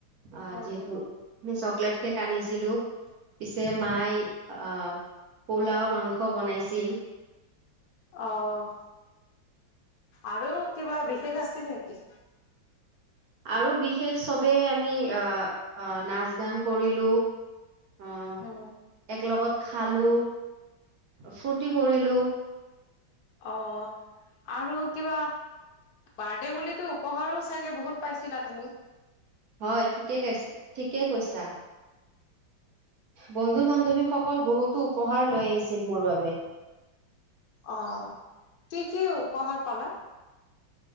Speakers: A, on the right (about 65°); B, on the left (about 65°).
A: অ',
B: উম
A: যেহেতু
B: উম
A: হেই চক লেট কেক কান্দিছিলো। পিছে মাই আ পোলাও-মাংস বনাইছিল।
B: অ', আৰু কিবা বিশেষ আছিল নেকি?
A: আৰু বিশেষ চবেই আমি আ-আ নাচ গান কৰিলো। অ',
B: উম
A: এক লগত খালো, ফূৰ্তি কৰিলো।
B: অ', আৰু কিবা বাৰ্থডে বুলিতো উপহাৰো চাগে বহুত পাইছিলা তুমি?
A: হয়, ঠিকে কাইছা-ঠিকে কৈছা। বন্ধু-বান্ধৱীসকল বহুতো উপহাৰ লৈ আহিছিল মোৰ বাবে।
B: অ', কি কি উপহাৰ পালা?